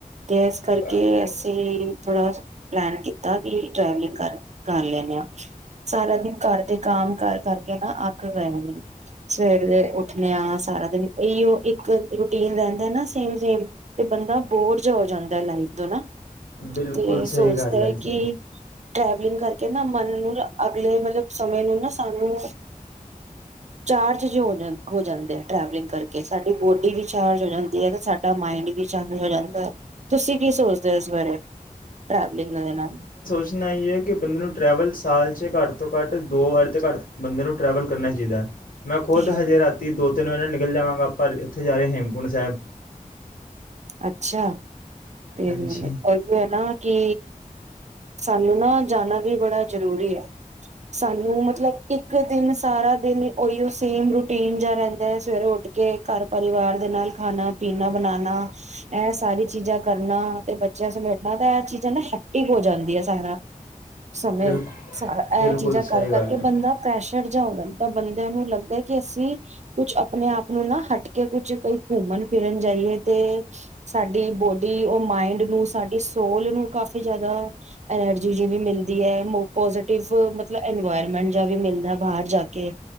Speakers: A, on the right; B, on the left.
A: ਤੇ ਇਸ ਕਰਕੇ
B: ਬ-
A: ਅਸੀਂ ਥੋੜਾ ਪਲੈਨ ਕੀਤਾ ਕਿ <unintelligible> ਟੈਵਲਿੰਗ ਕਰ ਕਰ ਲੈਣੇ ਆ ਸਾਰਾ ਦਿਨ ਘਰ ਤੇ ਕੰਮ ਕਰ ਕਰਕੇ ਨਾ ਅਖ ਗਏਦੇ ਸਵੇਰ ਦੇ ਉਠਣੇ ਆ ਸਾਰਾ ਦਿਨ ਇਹੀਓ ਇੱਕ ਰੂਟੀਨ ਰਹਿੰਦਾ ਨਾ ਸੇਮ ਸੇਮ ਤੇ ਬੰਦਾ ਬੋਰਜ ਹੋ ਜਾਂਦਾ ਲਾਈਫ ਤੋਂ ਨਾ
B: ਬਿਲਕੁਲ
A: ਤੇ ਇਹ
B: ਸਹੀ
A: ਸੋਚਦਾ
B: ਗੱਲ
A: ਹੈ।
B: ਜੀ
A: ਕਿ ਟ੍ਰੈਵਲਿੰਗ ਕਰਕੇ ਨਾ ਮਨ ਨੂੰ ਅਲੇ ਮਲਬ ਸਮੇ ਨਾ ਸਾਨ ਚਾਰਜ ਹੋ ਜਾਂਦੇ ਆ ਟਵਲਿੰਗ ਕਰ ਸਾਡੀ ਬੋਡੀ ਵੀ ਚਾਰ ਹੋ ਜਾਂਦੀ ਆ ਸਾਡਾ ਮਡ ਚਾਰ ਹੋ ਜਾਂਦਾ ਤੁਸੀ ਕੀ ਸੋਚਦੇ ਹੋ ਇਸ ਬਾਰੇ। ਟਵਲੀਗ ਲ ਨਾਲ
B: ਪੁੱਛਣਾ ਇਹ ਹੈ ਕਿ ਬੰਦੇ ਨੂੰ ਟਰੈਵਲ ਸਾਲ 'ਚ ਘੱਟ ਤੋਂ ਘੱਟ ਦੋ ਵਾਰੀ ਤੋਂ ਘੱਟ ਬੰਦੇ ਨੂੰ ਟਰੈਵਲ ਕਰਨਾ ਚਾਹੀਦਾ ਹੈ। ਮੈਂ ਖੁਦ
A: ਤੇ ਹੈ
B: ਹਜੇ
A: ਹੀ।
B: ਰਾਤੀ ਦੁੱ ਤਿੰਨ ਮ ਨਿਕਲ ਜਾਵਾਂਗਾ ਪਰ ਇੱਥੇ ਜਾ ਰਹੇ ਹੇਮਕੁੰਟ ਸਾਹਿਬ।
A: ਅੱਛਾ ਤੇ
B: ਹਾਂਜੀ
A: ਹੀ ਹੈ। ਨਾ ਕਿ ਸਾਨੂੰ ਨਾ ਜਾਣਾ ਵੀ ਬੜਾ ਜ਼ਰੂਰੀ ਹੈ। ਸਾਨੂੰ ਮਤਲਬ ਇੱਕ ਦਿਨ ਸਾਰਾ ਦਿਨ ਉਹੀਓ ਸੇਮ ਰੂਟੀਨ ਜਿਹਾ ਰਹਿੰਦਾ ਹੈ ਸਵੇਰੇ ਉੱਠ ਕੇ ਘਰ ਪਰਿਵਾਰ ਦੇ ਨਾਲ ਖਾਣਾ ਪੀਣਾ ਬਣਾਉਣਾ ਇਹ ਸਾਰੀ ਚੀਜ਼ਾਂ ਕਰਨਾ ਤੇ ਬੱਚਿਆਂ ਸਮੇਟਣਾ ਤਾਂ ਇਹ ਚੀਜ਼ਾਂ ਨਾ ਹੈਪੀ ਹੋ ਜਾਂਦੀ ਹੈ ਸਾਰਾ ਸਮੇਂ
B: ਬਿਲਕੁਲ
A: ਇਹ
B: ਬਿਲਕੁਲ
A: ਚੀਜ਼ਾਂ
B: ਸਹੀ
A: ਕਰ
B: ਗੱਲ
A: ਕਰਕੇ
B: ਹੈ
A: ਬੰਦਾ ਪ੍ਰੈਸ਼ਰ ਜਾਂ ਹੋਦਾ ਤਾਂ ਬੰਦਿਆਂ ਨੂੰ ਲੱਗਦਾ ਕਿ ਅਸੀਂ ਕੁਛ ਆਪਣੇ ਆਪ ਨੂੰ ਨਾ ਹਟ ਕੇ ਕੁਛ ਕਈ ਘੁੰਮਣ ਫਿਰਨ ਜਾਈਏ ਤੇ ਸਾਡੀ ਬੋਡੀ ਉਹ ਮਾਇੰਡ ਨੂੰ ਸਾਡੀ ਸੋਲ ਨੂੰ ਕਾਫੀ ਜ਼ਿਆਦਾ ਐਨਰਜੀ ਜਿ ਵੀ ਮਿਲਦੀ ਹੈ ਪੋਜ਼ਟਿਵ ਮਤਲਬ ਇਨਵਾਇਰਮੈਂਟ ਜਿਹਾ ਵੀ ਮਿਲਦਾ ਬਾਹਰ ਜਾ ਕੇ।